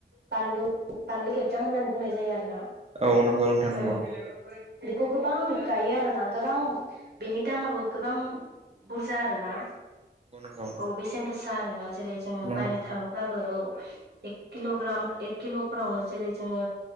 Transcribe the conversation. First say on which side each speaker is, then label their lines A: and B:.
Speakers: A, on the right; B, on the right.
A: बानलु-बानलु खेबथां होननानै बुंनाय जायो आरो ना
B: औ नंगौ नोंथां
A: औ
B: नंगौ
A: बेखौ गोबां गायो आरोना गोबां बेनि दामाबो गोबां बुरजा आरोना
B: नंगौ
A: औ बेसेन गोसा आरोना जेरै जोङो
B: नंगौ
A: बायनो थाङोब्लाबो औ एक किल'ग्राम एक किल'फोरावनो जेरै जोङो